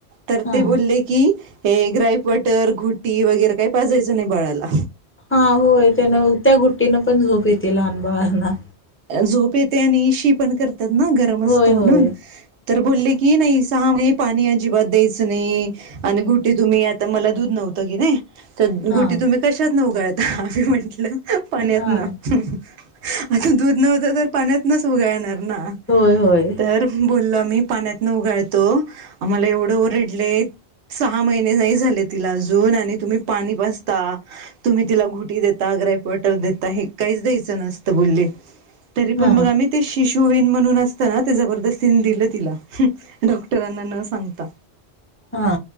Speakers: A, on the right; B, on the left.
A: तर
B: हां
A: ते बोलले की हे ग्राईपटर घुटी वगैरे काही पाजायचं नाही बाळाला
B: हा होय त्या ना त्या गुट्टीनं पण झोप येते लहान बाहना
A: झोप येते आणि शी पण करतात ना गरम
B: होय
A: असतं म्हणून
B: होय
A: तर बोलले की नाही सहा पाणी अजिबात द्यायचं नाही आणि घुटे तुम्ही आता मला दूध न आत की नाही, क
B: हां
A: गुटी तुम्ही कशात न उघाळता आम्ही म्हंटलं. पाण्यात
B: हां
A: न आता दूध नव्हत तर पाण्यात नच उगाळणार. ना
B: होय होय
A: तर बोल आमी. पाण्यातनं उघाळतो आम्हाला एवढं ओरडले. सहा महिने नाही झाले तिला अजून आणि तुम्ही पाणी पाजता तुम्ही तिला घुटी देता. ग्राईप वॉटर देता. हे काहीच द्यायचं नसतं बोलले. तरी
B: हां
A: पण मग आम्ही ते शिशू विन म्हणून असतना ते जबरदस्तीन दिलं तिला डॉक्टरांना न सांगता.
B: हा.